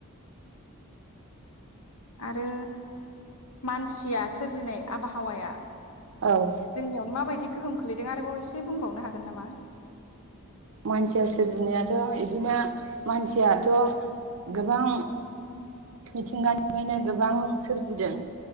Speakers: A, on the left; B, on the right.
A: आरो मानसिया सोरजिनाय आबहावाया
B: औ
A: जोंनियावनो माबायदि गोहोम खोलैदों आरोबाव एसे बुंबावनो हागोन नामा?
B: मानसिया सोरजिनायाथ' बिदिनो मानसियाथ' गोबां मिथिंगानिफ्रायनो गोबां सोरजिदों।